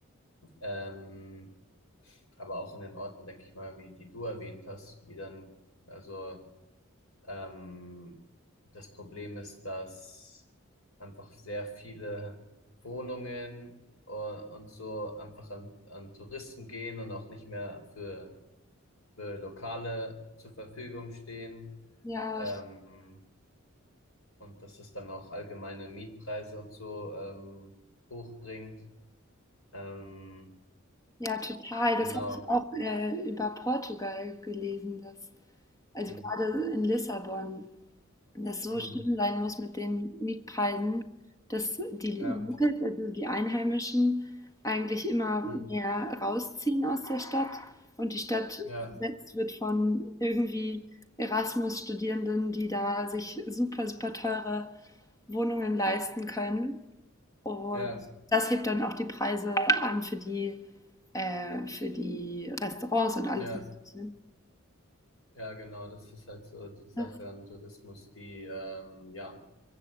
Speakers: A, on the left (about 85°); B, on the left (about 15°).
A: ähm, aber auch in den Orten, denke ich mal, wie die du erwähnt hast, wie dann, also ähm, das Problem ist, dass einfach sehr viele Wohnungen und, und so einfach an, an Touristen gehen und auch nicht mehr für für Lokale zur Verfügung stehen
B: Ja,
A: ähm, und dass es dann auch allgemeine Mietpreise und so ähm, hochbringt. Ähm,
B: ja, total.
A: genau.
B: Das habe ich auch äh, über Portugal gelesen, dass Also
A: Hm.
B: gerade in Lissabon, das so
A: Hm.
B: schlimm sein muss mit den Mietpreisen, dass die
A: Ja.
B: Locals, also die Einheimischen, eigentlich immer
A: Hm.
B: mehr rausziehen aus der Stadt und die Stadt
A: Ja.
B: besetzt wird von irgendwie Erasmus-Studierenden, die da sich super, super teure Wohnungen leisten können. Und
A: Ja.
B: das hebt dann auch die Preise an für die, äh, für die Restaurants und alles
A: Ja.
B: Mögliche.
A: Ja, genau. Das ist halt so die Sache
B: Das,
A: an Tourismus, die ähm, ja.